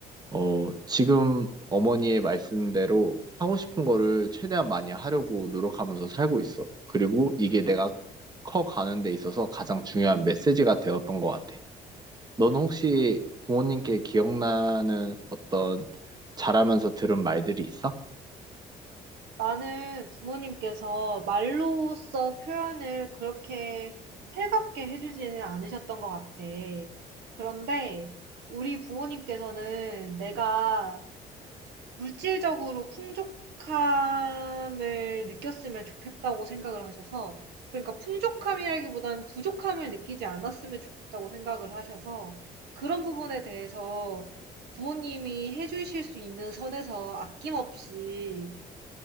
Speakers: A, on the right; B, on the right.
A: 어, 지금 어머니의 말씀대로 하고 싶은 거를 최대한 많이 하려고 노력하면서 살고 있어. 그리고 이게 내가 커가는 데 있어서 가장 중요한 메시지가 되었던 것 같아. 너는 혹시 부모님께 기억나는 어떤 자라면서 들은 말들이 있어?
B: 나는 부모님께서 말로써 표현을 그렇게 살갑게 해주지는 않으셨던 것 같아. 그런데 우리 부모님께서는 내가 물질적으로 풍족함을 느꼈으면 좋겠다고 생각을 하셔서 그러니까 풍족함이라기보다는 부족함을 느끼지 않았으면 좋겠다고 생각을 하셔서 그런 부분에 대해서 부모님이 해 주실 수 있는 선에서 아낌없이